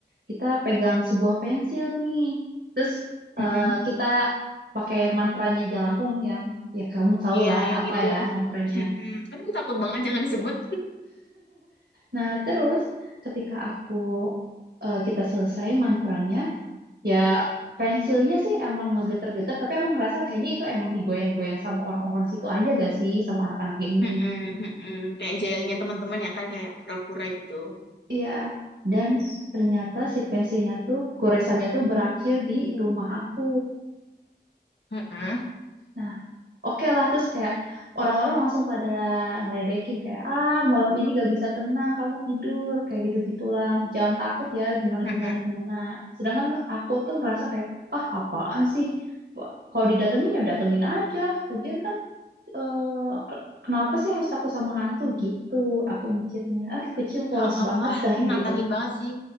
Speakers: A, on the right; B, on the left.
A: kita pegang sebuah pensil nih. Terus eh,
B: Mm-mm.
A: kita pakai mantranya Jalangkung yang ya kamu tau
B: iya
A: lah
B: yang
A: apa
B: itu
A: ya mantranya.
B: Mm-mm. aduh takut banget jangan disebut
A: Nah, terus ketika aku eh, kita selesai mantranya, ya pensilnya sih emang ngegeter-geter, tapi aku ngerasa kayaknya itu emang digoyang-goyang sama orang-orang situ aja gak sih, sama anak-anak ini
B: Mm-mm. Mm-mm. kayak jailnya teman-teman ya kan kayak pura-pura gitu
A: Iya, dan ternyata si pensilnya tuh goresannya tuh berakhir di rumah aku.
B: Mm-mm.
A: Nah, oke lah terus kayak orang-orang langsung pada ngeledekin kayak ah malam ini gak bisa tenang, kamu tidur kayak gitu-gitulah. Jangan takut ya gimana
B: Mm-mm.
A: gimana gimana. Sedangkan aku tuh ngerasa kayak ah apaan sih? Ba- Kalau didatengin ya datengin aja. Lagian kan eh, ke- kenapa sih harus takut sama hantu gitu? Aku mikirnya, aduh kecil polos
B: Heeh,
A: banget dah
B: ini nantangin
A: gitu.
B: banget sih.